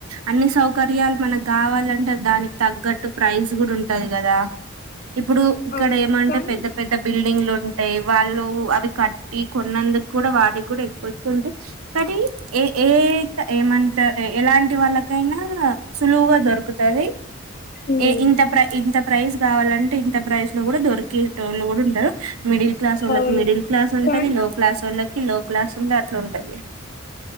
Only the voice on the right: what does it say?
అన్ని సౌకర్యాలు మనకు కావాలంటే దానికి తగ్గట్టు ప్రైస్ కూడా ఉంటది కదా. ఇప్పుడు ఇక్కడ
ఏమంటే
పెద్ద పెద్ద బిల్డింగ్లు ఉంటాయి వాళ్ళు అవి కట్ టి కొన్నందుకు కూడా వాడికి కూడా ఎక్కు ఎక్కు ఉంటే కానీ ఎ ఏ ఏమంట ఎలాంటి వాళ్ళకైనా సులువుగా దొరుకుత వి
ఇ ఇంత ప్రై ఇంత ప్రైజ్ కావాలంటే ఇంత ప్రైస్ లో కూడా దొరికేటోళ్ళు కూడా ఉంటారు మిడిల్ క్లాస్ ఒళ్ళకి
మిడిల్ క్లాస్ ఉంటుంది
లో క్లాస్ ఒళ్ళకి కి లో క్లాస్ ఉండే అట్లుంటది